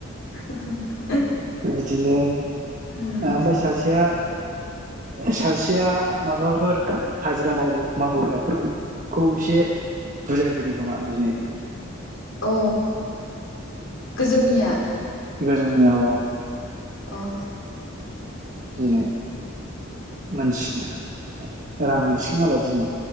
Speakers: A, on the left; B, on the right.
A: <unintelligible>
B: बिदिनो
A: उम
B: ओमफाय सासेया सासेया माबाफोर हाजिरा मावबो मावबोग्राफोरखौ एसे बुजायफैदों खोमा दिनै
A: अ गोजौनिया
B: गोजौनिया औ
A: अह
B: दिनै मानसिना रां मोनसिगोन मालाय दिनै